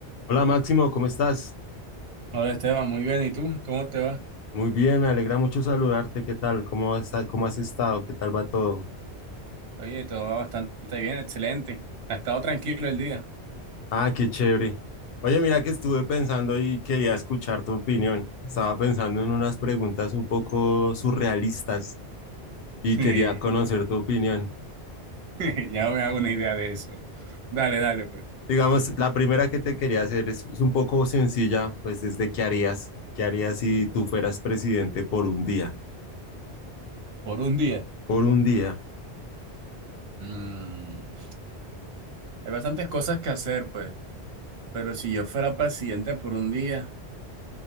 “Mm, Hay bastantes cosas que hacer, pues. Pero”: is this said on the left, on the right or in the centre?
Right